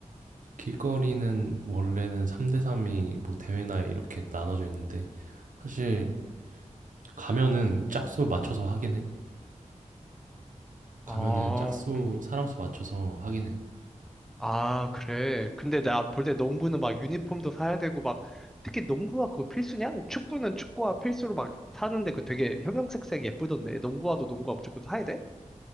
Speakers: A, on the right; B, in the centre.
A: 길거리는 원래는 3대3이 뭐 대회나 이렇게 나눠져 있는데 사실 가면은 짝수 맞춰서 하긴 해.
B: 아,
A: 가면은 짝수
B: 음.
A: 사람 수 맞춰서 하긴 해.
B: 아, 그래. 근데 나 볼 때 농구는 막 유니폼도 사야 되고 막 특히 농구화 그거 필수냐? 축구는 축구화 필수로 막 사는데 그 되게 형형색색 예쁘던데 농구화도 농구화 무조건 사야 돼?